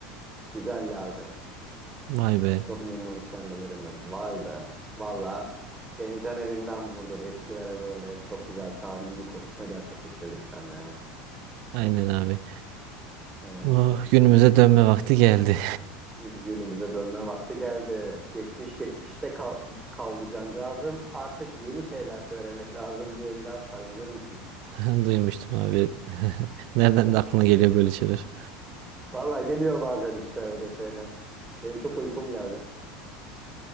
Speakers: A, on the right; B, on the right.
A: Güzellerdi.
B: vay be.
A: Çok memnunuz kendilerinden. Vay be. Valla beni can evimden vurdun. Eskilere böyle çok güzel tarihi bir konuşma gerçekleştirdik seninle ya.
B: Aynen abi.
A: Evet.
B: Oh, günümüze dönme vakti geldi.
A: Günümüze dönme vakti geldi. Geçmiş geçmişte kal kaldı cancağızım. Artık yeni şeyler söylemek lazım diye bir laf var bilir misin?
B: <laughs> Duymuştum abi. <laughs> Nereden
A: Evet.
B: de aklına geliyor böyle şeyler?
A: Valla geliyor bazen işte öyle şeyler. Benim çok uykum geldi.